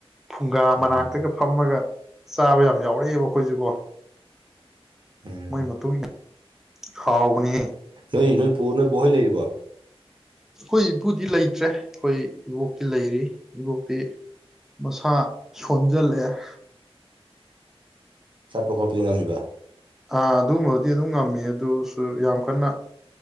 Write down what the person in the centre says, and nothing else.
ꯐꯨꯡꯒꯥ
ꯃꯅꯥꯛꯇꯒ ꯐꯝꯃꯒ ꯆꯥꯕ ꯌꯥꯝ ꯌꯥꯎꯔꯛꯑꯦꯕ ꯑꯩꯈꯣꯏꯖꯨꯀꯣ
ꯃꯣꯏ ꯃꯇꯨꯡ ꯏꯟꯅ ꯍꯥꯎꯕꯅꯤꯍꯦ
ꯑꯩꯈꯣꯏ ꯏꯄꯨꯗꯤ ꯂꯩꯇ꯭ꯔꯦ ꯑꯩꯈꯣꯏ ꯏꯕꯣꯛꯇꯤ ꯂꯩꯔꯤ ꯏꯕꯣꯛꯇꯤ ꯃꯁꯥ ꯁꯣꯟꯖꯜꯂꯛꯑꯦ
ꯑ ꯑꯗꯨꯒꯨꯝꯕꯒꯗꯤ ꯑꯗꯨꯝ ꯉꯝꯃꯦ ꯑꯗꯨꯁꯨ ꯌꯥꯝ ꯀꯟꯅ